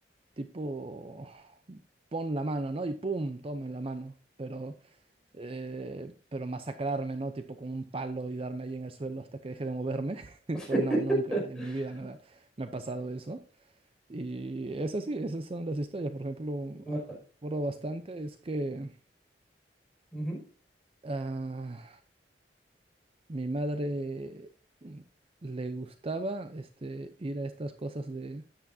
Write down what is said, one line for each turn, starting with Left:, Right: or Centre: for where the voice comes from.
Right: tipo, pon la mano, ¿no? Y pum, toma en la mano. Pero, eh, pero masacrarme, ¿no? Tipo con un palo y darme ahí en el suelo hasta que deje de moverme. <laughs>
Centre: <laughs>
Right: Pues no, nunca en mi vida me ha, me ha pasado eso. Y es así, esas son las historias. Por ejemplo,
Centre: No,
Right: algo que recuerdo bastante es que
Centre: ujú,
Right: Ah, mi madre mm, le gustaba este, ir a estas cosas de...